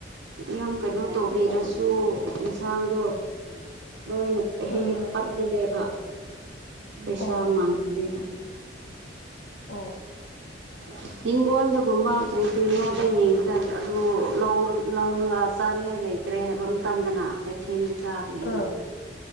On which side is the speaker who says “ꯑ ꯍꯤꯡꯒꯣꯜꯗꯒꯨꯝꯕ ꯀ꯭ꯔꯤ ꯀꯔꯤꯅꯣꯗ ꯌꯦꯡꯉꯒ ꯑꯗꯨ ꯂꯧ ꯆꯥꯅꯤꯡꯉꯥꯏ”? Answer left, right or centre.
Right